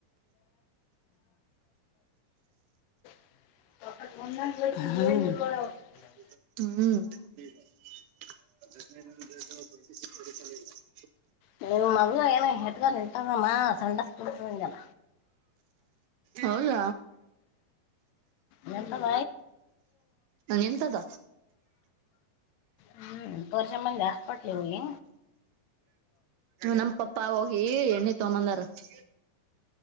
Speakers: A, on the left; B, on the right.
A: ಹ್ಮ
B: ಹ್ಮ್
A: ನಿನ್ ಮದುವ ಏನ ಹೆಟ್ಗ ನಿಂಟಾರಮ್ಮ ಸಂಡಸ ಜನ
B: ಹೌದ
A: ಮಂತಗ
B: ಎಂತದ
A: ಹ್ಮ್ ಪರ್ಷ ಮಂದ ಜಸ್ಪಟ್ಲಿ ಒೋಗಿ
B: ನಮ್ಮ ಪಪ್ಪ ಹೋಗಿ ಎಣ್ಣೆ ತಗಂಬಂದಾರ ನೀ